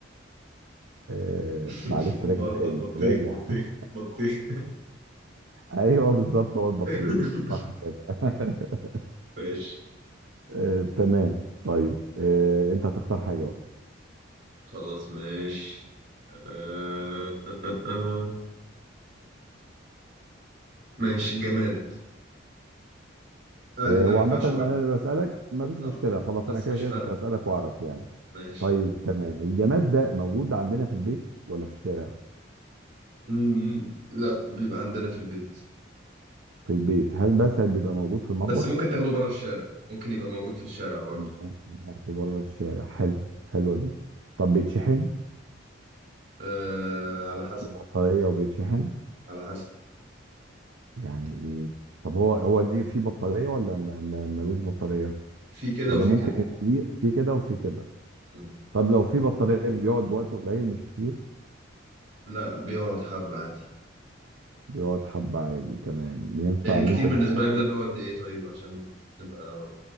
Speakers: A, on the right; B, on the right.
A: آه
B: <laughs>
A: معلش راجع
B: بهزر
A: تاني
B: بطيخ
A: راجع
B: بطيخ
A: <laughs>
B: بطيخ
A: ايوه بالظبط هو البطيخ
B: <laughs>
A: صح كده <laughs>
B: ماشي
A: آه تمام طيب آه انت هتختار حاجه بقى
B: خلاص ماشي آه آه آه. آه. ماشي جماد آه
A: آه
B: ايه ده
A: وعامه
B: ما ينفعش
A: انا
B: اقولها
A: اللي بسالك مفيش
B: خلاص
A: مشكله خلاص
B: بس
A: انا كده
B: مش
A: كده
B: فارقة
A: كنت هسالك واعرف يعني
B: ماشي
A: طيب تمام الجماد ده موجود عندنا في البيت ولا في الشارع
B: مم. لا بيبقى عندنا في البيت
A: في البيت هل مثلا بيبقى موجود في المطبخ
B: بس ممكن تاخده بره الشارع ممكن يبقى موجود في الشارع برضو
A: ممكن ناخده بره الشارع حلو حلوه دي طب بيتشحن
B: آه على حسب
A: دي بطاريه وبيتشحن
B: على حسب
A: يعني ايه طب هو هو ليه في بطارية ولا ما- ما- ملوش بطارية
B: في كده
A: ولا
B: وفي
A: ممكن
B: كده
A: يبقى ليه في كده وفي كده
B: مم.
A: طب لو في بطارية بيقعد وقت قليل مش كتير
B: لا بيقعد حبة عادي
A: بيقعد حبة عادي تمام ينفع
B: يعني كتير
A: ان انت
B: بالنسبة
A: تشتغل
B: لك ده اللي هو قد ايه طيب عشان تبقى